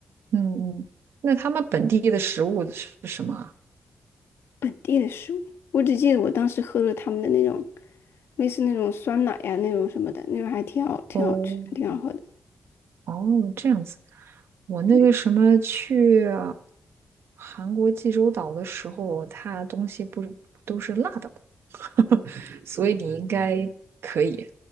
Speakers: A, on the right; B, on the left.
A: 嗯嗯，那他们本地的食物是什么啊
B: 本地的食物。我只记得我当时喝了他们的那种类似那种酸奶呀、那种什么的，那种还挺好挺好吃，
A: 哦
B: 挺好喝的。
A: 哦，这样子。我那个什么去
B: 对。
A: 韩国济州岛的时候，它东西不都是辣的吗，<laughs> 所以你应该可以。